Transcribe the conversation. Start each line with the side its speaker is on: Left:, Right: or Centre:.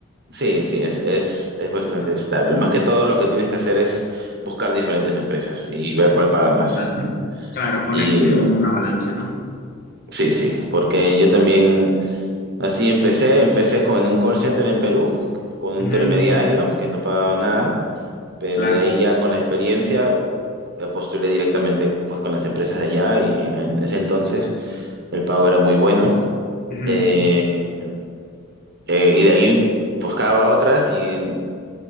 Right: Sí, sí, es, es, es bastante
Left: Ah, ya.
Right: estable. Más que todo lo que tienes que hacer es buscar diferentes empresas y ver cuál paga más,
Left: Claro,
Right: ¿no?
Left: Claro, ponerte
Right: Y
Left: un- una balanza, ¿no?
Right: sí, sí, porque yo también... Así empecé, empecé con, en un call center en Perú, con un
Left: Ujú,
Right: intermediario que no pagaba nada, pero
Left: Claro.
Right: de ahí ya con la experiencia eh, postulé directamente pues con las empresas de allá y en ese entonces el pago era muy bueno.
Left: Ujú,
Right: Eh, eh, y de ahí buscaba otras y,